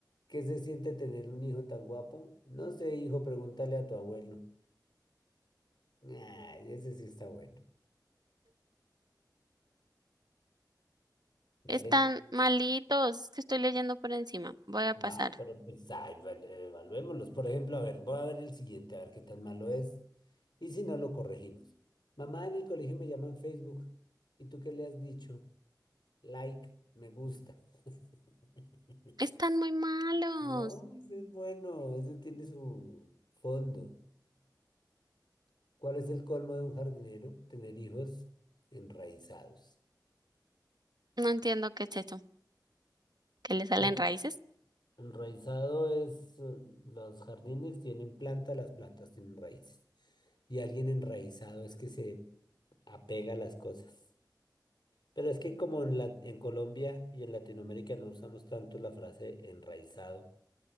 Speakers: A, on the left (about 80°); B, on the right (about 65°).
A: ¿qué se siente tener un hijo tan guapo? No sé, hijo, pregúntale a tu abuelo. Ah, ese sí está bueno. Dale.
B: Están malitos, es que estoy leyendo por encima. Voy a pasar.
A: No, pero pues, ay, bueno, eh, evaluémoslos. Por ejemplo, a ver, voy a ver el siguiente, a ver qué tan malo es. Y si no, lo corregimos. Mamá, en el colegio me llaman Facebook. ¿Y tú qué le has dicho? Like, me gusta. <laughs>
B: Están muy malos.
A: No, ese es bueno, ese tiene su fondo. ¿Cuál es el colmo de un jardinero? Tener hijos enraizados.
B: No entiendo qué es eso. ¿Que le salen
A: Pues
B: raíces?
A: enraizado es, eh, los jardines tienen plantas, las plantas tienen raíces. Y alguien enraizado es que se apega a las cosas. Pero es que como en la, en Colombia y en Latinoamérica no usamos tanto la frase enraizado,